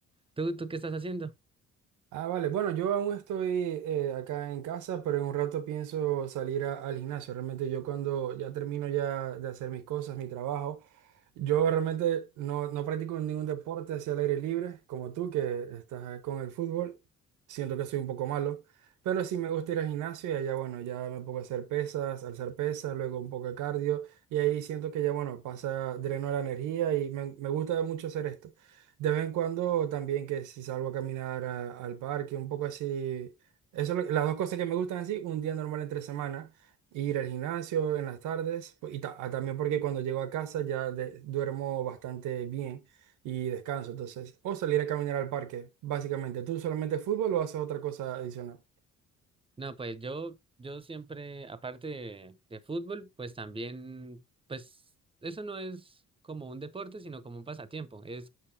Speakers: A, on the right; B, on the right.
A: ¿Tú, tú qué estás haciendo?
B: Ah, vale. Bueno, yo aún estoy eh, acá en casa, pero en un rato pienso salir a- al gimnasio. Realmente yo cuando ya termino ya de hacer mis cosas, mi trabajo, yo realmente no, no practico ningún deporte hacia el aire libre, como tú que estás con el fútbol. Siento que soy un poco malo, pero sí me gusta ir al gimnasio y allá, bueno, ya me pongo a hacer pesas, alzar pesas, luego un poco de cardio y ahí siento que ya, bueno, pasa, dreno la energía y me, me gusta mucho hacer esto. De vez en cuando también que si salgo a caminar a- al parque, un poco así. Eso, es lo- las dos cosas que me gustan así, un día normal entre semana, ir al gimnasio en las tardes, pues, y ta- ah, también porque cuando llego a casa ya de- duermo bastante bien y descanso, entonces, o salir a caminar al parque, básicamente. ¿Tú solamente fútbol o haces otra cosa adicional?
A: No, pues yo, yo siempre, aparte de, de fútbol, pues también, pues eso no es como un deporte, sino como un pasatiempo. Es